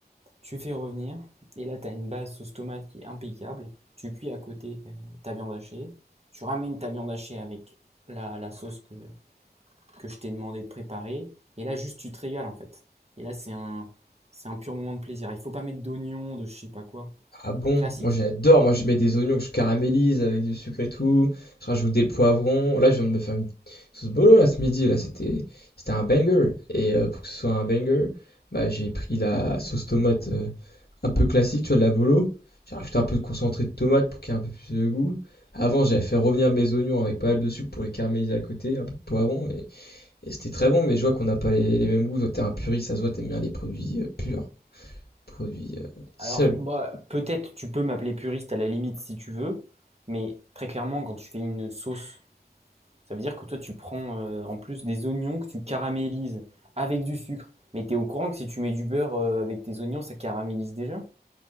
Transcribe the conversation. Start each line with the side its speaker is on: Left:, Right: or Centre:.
Right: tu fais revenir, et là tu as une base sauce tomate qui est impeccable, tu cuis à côté euh, ta viande hachée, tu ramènes ta viande hachée avec la, la sauce que, que je t'ai demandé de préparer. Et là, juste, tu te régales, en fait. Et là, c'est un, c'est un pur moment de plaisir. Il ne faut pas mettre d'oignons, de je ne sais pas quoi.
Left: Ah bon?
Right: Classique.
Left: Moi j'adore, moi je mets des oignons que je caramélise avec du sucre et tout, je rajoute des poivrons, là je viens de me faire une sauce bolo là ce midi, là c'était c'était un banger, et euh, pour que ce soit un banger, bah j'ai pris la sauce tomate euh, un peu classique, tu vois, de la bolo, j'ai rajouté un peu de concentré de tomate pour qu'il y ait un peu plus de goût, avant j'avais fait revenir mes oignons avec pas mal de sucre pour les caraméliser à côté, un peu de poivron, et, et c'était très bon, mais je vois qu'on n'a pas les, les mêmes goûts, toi t'es un puriste, ça se voit t'aimes bien les produits euh, purs, produits euh, seuls.
Right: Alors, moi, peut-être tu peux m'appeler puriste à la limite si tu veux, mais très clairement, quand tu fais une sauce, ça veut dire que toi, tu prends euh, en plus des oignons que tu caramélises avec du sucre. Mais t'es au courant que si tu mets du beurre euh, avec tes oignons, ça caramélise déjà?